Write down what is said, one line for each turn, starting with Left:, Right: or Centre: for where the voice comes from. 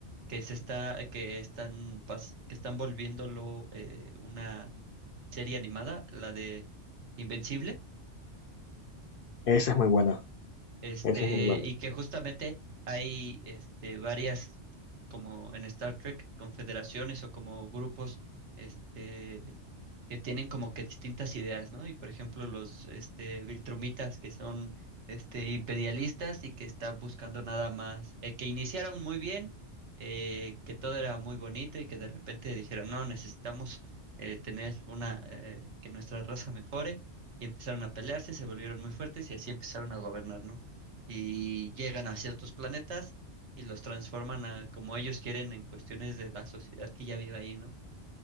Right: que se está, que están, pas- que están volviéndolo eh, una serie animada, la de Invencible.
Left: esa es muy buena,
Right: Este,
Left: esa es muy buena.
Right: y que justamente hay este, varias, como en Star Trek, confederaciones o como grupos este, que tienen como que distintas ideas, ¿no? Y por ejemplo, los este, Viltrumitas, que son este, imperialistas y que están buscando nada más, eh, que iniciaron muy bien, eh, que todo era muy bonito y que de repente dijeron, no, necesitamos eh, tener una, eh, que nuestra raza mejore. Y empezaron a pelearse, se volvieron muy fuertes y así empezaron a gobernar, ¿no? y llegan a ciertos planetas y los transforman a como ellos quieren en cuestiones de la sociedad que ya vive ahí, ¿no?